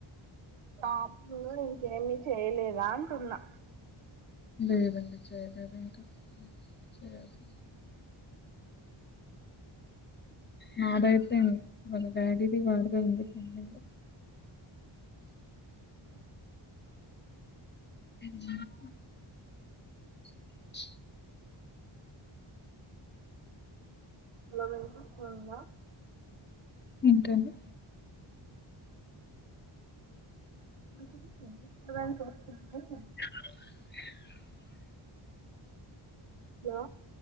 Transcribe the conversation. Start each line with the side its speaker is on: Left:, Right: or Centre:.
Right: షాపింగు ఇంకేమి చేయలేదా అంటున్నా
Left: లేదండి చేయలేదు ఇంకా ఉ చేయాలి నాదైపోయింది. వాళ్ళ డాడీది వాడిదే ఉంది పెండింగా
Right: అ
Left: ఎంజాయ్ హ <unintelligible>
Right: లెవెన్ కి పోయిందా
Left: ఏంటండి
Right: <inaudible> కొనుక్కున్నరు
Left: <unintelligible>
Right: హలో